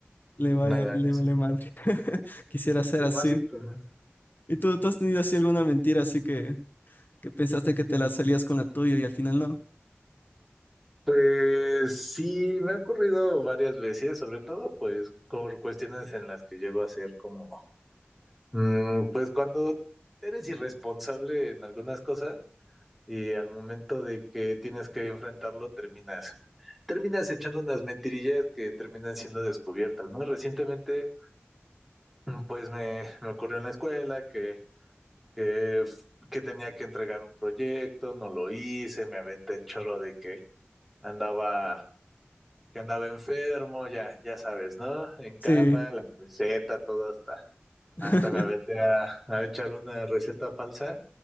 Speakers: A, on the left; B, in the centre.
A: le vale,
B: nada
A: le
B: eso.
A: vale madre. <laughs> Quisiera ser
B: Y
A: así.
B: básicamente.
A: ¿Y tú, tú has tenido así alguna mentira así que, que pensaste que te la salías con la tuya y al final no?
B: Pues sí, me ha ocurrido varias veces, sobre todo pues por cuestiones en las que llego a ser como, mm, pues cuando eres irresponsable en algunas cosas y al momento de que tienes que enfrentarlo terminas, terminas echando unas mentirillas que terminan siendo descubiertas, ¿no? Recientemente pues me, me ocurrió en la escuela que, que, que tenía que entregar un proyecto, no lo hice, me aventé el choro de que andaba, que andaba enfermo, ya, ya sabes, ¿no? En cama,
A: Sí.
B: la receta, todo hasta,
A: <laughs>
B: hasta me aventé a, a echar una receta falsa